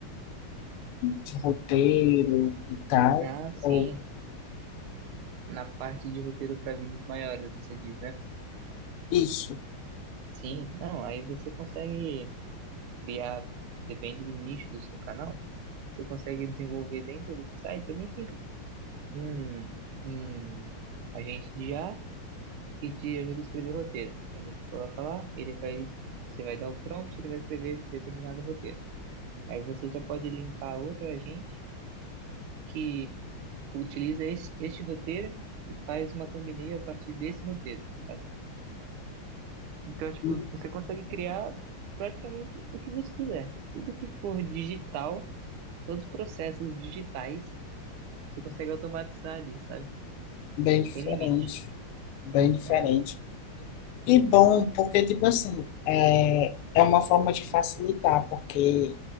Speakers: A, on the left; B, on the right.
A: de roteiro e tal,
B: Ah, sim,
A: ou
B: na parte de roteiro para vídeos maiores, você diz, né?
A: isso,
B: Sim, não, aí você consegue criar, depende do nicho do seu canal, você consegue desenvolver dentro desse site, é bem simples. Hum, hum, agente de IA que te ajuda a escrever roteiro. Aí você coloca lá, ele vai, você vai dar o prompt, ele vai escrever determinado roteiro. Aí você já pode linkar outro agente que utiliza esse, este roteiro e faz uma thumbnail a partir desse roteiro, sabe? Então, tipo,
A: hum,
B: você consegue criar praticamente o que você quiser. Tudo que for digital todos os processos digitais você consegue automatizar ali, sabe?
A: bem
B: Não
A: diferente,
B: tem limite.
A: bem diferente.
B: É, não-
A: E bom, porque, tipo assim, é, é uma forma de facilitar, porque